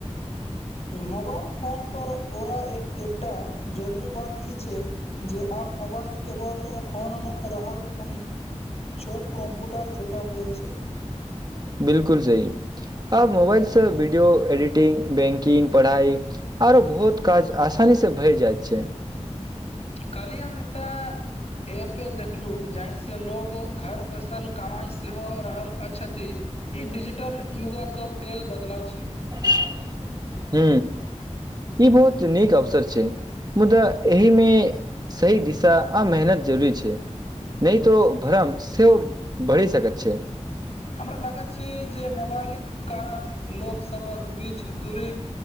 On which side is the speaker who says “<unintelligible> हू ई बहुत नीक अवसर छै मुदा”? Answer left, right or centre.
Right